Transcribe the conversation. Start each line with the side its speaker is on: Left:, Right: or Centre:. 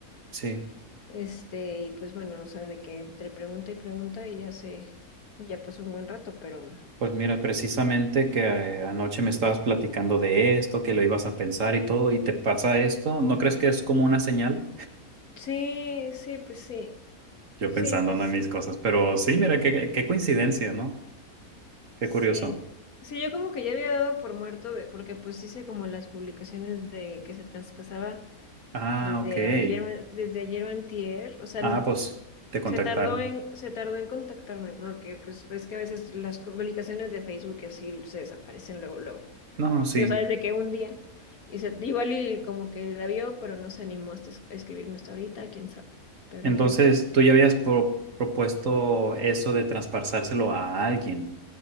Right: sí.
Left: Este, y pues bueno, o sea, de que entre pregunta y pregunta y ya se, ya pasó un buen rato, pero
Right: Pues mira, precisamente que eh, anoche me estabas platicando de esto, que lo ibas a pensar y todo, y te pasa esto, ¿no crees que es como una señal?
Left: sí, sí, pues sí,
Right: Yo
Left: sí,
Right: pensando
Left: pues
Right: ¿no? en
Left: sí,
Right: mis cosas, pero sí, mira, qué, qué coincidencia, ¿no? Qué
Left: sí.
Right: curioso.
Left: Sí, yo como que ya había dado por muerto de, porque pues hice como las publicaciones de que se traspasaba
Right: Ah,
Left: desde
Right: ok.
Left: ayer, o an- desde ayer o antier, o sea,
Right: Ah, pues te contactaron.
Left: Se tardó en, se tardó en contactarme porque pues ves que a veces las publicaciones de Facebook y así se desaparecen luego, luego.
Right: No, sí.
Left: Sí, o sea, desde que un día. Y se, igual y como que la vio, pero no se animó a es- a escribirme hasta ahorita, quién sabe. Pero,
Right: Entonces, tú ya habías pro- propuesto eso de traspasárselo a alguien,